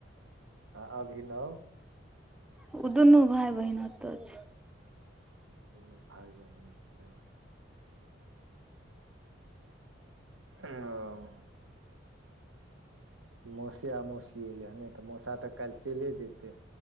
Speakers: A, on the right (about 85°); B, in the centre.
A: आ अभिनव
B: ऊऽ दुनू भाय बहिन ओत छै
A: दुनू भाई बहिन छै ओ मौसीया आ मौसी अएलै हँ नहि तऽ मौसा तऽ काल्हि चइलै जतै